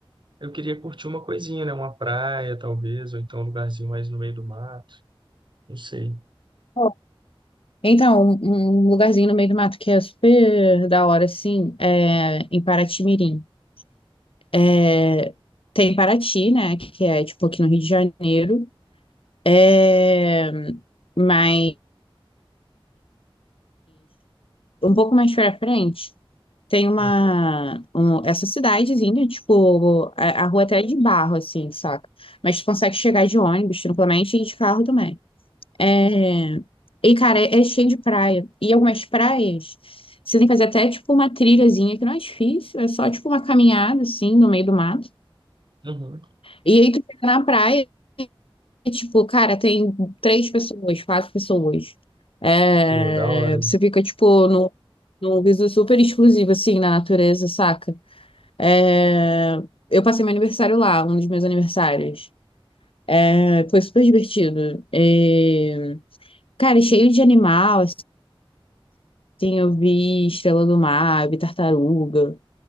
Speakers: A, on the right; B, on the left.
A: eu queria curtir uma coisinha, né? Uma praia, talvez, ou então um lugarzinho mais no meio do mar, não sei.
B: pô. Então, um, um lugarzinho no meio do mato que é super da hora, assim, é em Paraty-Mirim. É, Tem Paraty, né, que é, tipo, aqui no Rio de Janeiro. É... Mas um pouco mais pra frente. Tem uma,
A: Uhum.
B: um- essa cidadezinha, tipo, a, a rua até é de barro, assim, saca? Mas tu consegue chegar de ônibus tranquilamente e de carro também. É... E, cara, é, é cheio de praia. E algumas praias, você tem que fazer até, tipo, uma trilhazinha, que não é difícil, é só, tipo, uma caminhada, assim, no meio do mato.
A: Uhum.
B: E aí tu chega na praia e, tipo, cara, tem três pessoas, quatro pessoas. É...
A: Pô, da hora,
B: Você
A: hein?
B: fica, tipo, num num viso super exclusivo, assim, na natureza, saca? É, Eu passei meu aniversário lá, um dos meus aniversários. É, Foi super divertido. É, Cara, e cheio de animal, assim, eu vi estrela do mar, eu vi tartaruga.